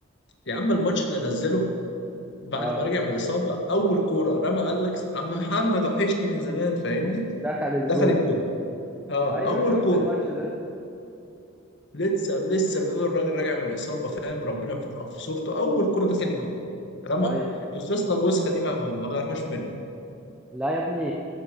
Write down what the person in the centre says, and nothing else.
اه
هوب دخلت
جون
ايوه
شفت
الماتش ده
ايوه
لا يا ابني